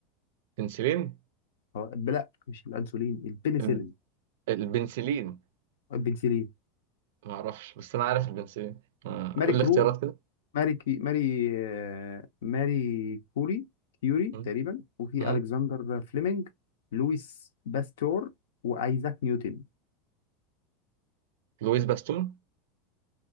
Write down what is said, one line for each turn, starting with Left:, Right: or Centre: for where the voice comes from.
Right: <laughs> بنسلين
Left: هو لا مش الأنسولين البنسلين
Right: الب- البنسلين
Left: البنسلين
Right: ما اعرفش بس انا عارف البنسلين آه.
Left: ماري
Right: قول
Left: كرو
Right: لي اختيارات كده
Left: ماري كي ماري آه، ماري كوري كيوري
Right: م-
Left: تقريبا وفي
Right: م-
Left: ألكسندر فليمنج لويس باستور وأيزاك نيوتن
Right: لويس باستون